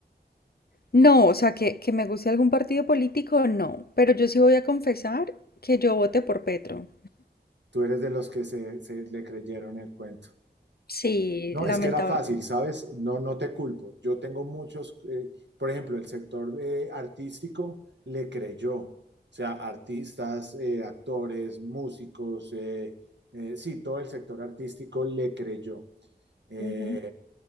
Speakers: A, on the left; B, on the right.
A: No, o sea, que, que me guste algún partido político, no. Pero yo sí voy a confesar que yo voté por Petro.
B: ¿Tú eres de los que se, se le creyeron el cuento?
A: Sí,
B: No,
A: lamentable.
B: es que era fácil, ¿sabes? No, no te culpo. Yo tengo muchos, eh, por ejemplo, el sector eh, artístico le creyó, o sea, artistas, eh, actores, músicos, eh, eh, sí, todo el sector artístico le creyó. Eh,
A: Ujú.